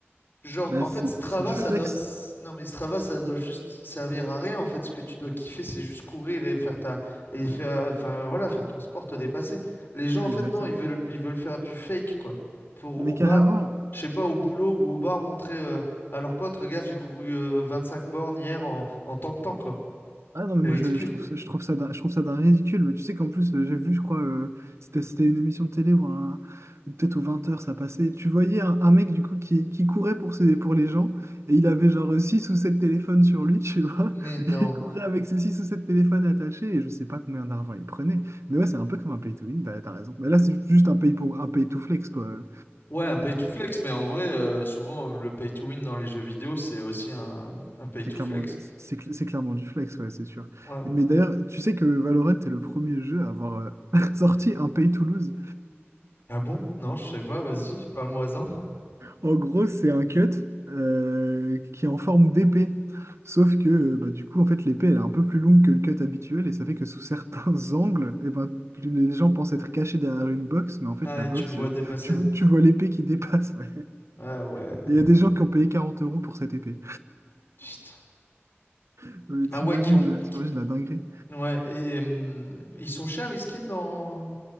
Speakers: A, on the left; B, on the right.
A: Genre,
B: Bah,
A: en
B: c'est
A: fait, Strava,
B: c'est du
A: ça
B: flex.
A: doit. s- Non, mais Strava, ça doit juste servir à rien. En fait, ce que tu dois kiffer, c'est juste courir et faire ta. Et faire... Enfin, voilà, faire ton sport, te dépasser. Les gens,
B: Ouais,
A: en fait,
B: exactement.
A: non, ils veulent, ils veulent faire du fake, quoi. Pour
B: Mais
A: au
B: carrément,
A: bas, je sais pas, au boulot ou au bar, montrer euh, à leurs potes, regarde, j'ai couru euh, cinq bornes hier en, en tant de temps, quoi.
B: Ah non, mais
A: C'est
B: moi
A: ridicule.
B: je, je trouve ça, je trouve ça d'un, je trouve ça d'un ridicule. Mais tu sais qu'en plus, euh, j'ai vu, je crois, euh, c'était, c'était une émission de télé ou, un- ou peut-être aux vingt heures ça passait. Tu voyais un, un mec du coup qui, qui courait pour, ses, pour les gens et il avait genre 6 ou 7 téléphones sur lui, tu vois.
A: Mais non.
B: <laughs> il courait avec ses 6 ou 7 téléphones attachés et je sais pas combien d'argent il prenait. Mais ouais, c'est un peu comme un pay to win, t'as, t'as raison. Mais là, c'est juste un pay pour, un pay to flex, quoi.
A: Ouais, un pay to flex, mais en vrai, euh, souvent euh, le pay to win dans les jeux vidéo, c'est aussi un, un pay
B: C'est
A: to
B: clairement,
A: flex.
B: c'est, cl- c'est clairement du flex, ouais, c'est sûr.
A: Ouais.
B: Mais d'ailleurs, tu sais que Valorant est le premier jeu à avoir euh, <laughs> sorti un pay to lose.
A: Ah bon? Non, je sais pas, vas-y, parle-moi-en.
B: En gros, c'est un cut euh, qui est en forme d'épée. Sauf que euh, bah, du coup, en fait, l'épée, elle est un peu plus longue que le cut habituel et ça fait que sous certains <laughs> angles, eh ben, les gens pensent être cachés derrière une box, mais en fait,
A: Ah,
B: la
A: et
B: box,
A: tu le vois
B: euh,
A: dépasser.
B: tu, vo- tu vois l'épée qui dépasse. ouais.
A: Ah ouais.
B: Et Il y a des gens qui ont payé 40 euros pour cette épée.
A: Putain.
B: Non, Mais
A: Ah
B: t'imagines,
A: ouais, qui ont...
B: euh, t'imagines
A: qui-
B: la dinguerie.
A: Ouais, et hum, ils sont chers les skins dans,